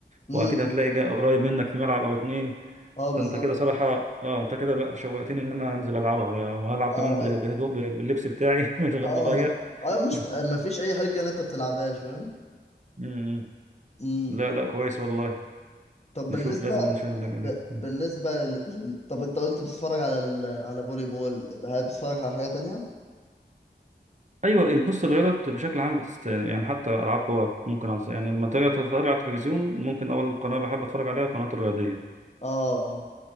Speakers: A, on the left; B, on the right.
A: امم
B: واكيد هتلاقي جا- قريب منك في ملعب او اتنين
A: اه
B: فانت
A: بالظبط
B: كده صراحه اه انت كده لا شوقتني ان انا انزل العبها يا- وهلعب
A: اه
B: كمان بال-
A: إيه،
B: بهدوء باللبس بتاعي <laughs> من غير
A: اه
B: ما اغير
A: اه مش
B: <laughs>
A: ما فيش اي حاجه ان انت بتلعبهاش فاهم
B: أمم.
A: امم
B: لا لا كويس والله
A: طب بالنسبه
B: نشوف لازم نشوف نعمل
A: ب...
B: إيه.
A: بالنسبه لل... لل- طب انت قلت بتتفرج على ال... على فولي بول هل بتتفرج على حاجه تانية
B: ايوه بص الرياضه بشكل عام بتست... يعني حتى العاب قوى ممكن أنصح- يعني لما تيجي تتفرج على التلفزيون ممكن اول قناه بحب اتفرج عليها القناه الرياضيه
A: اه اه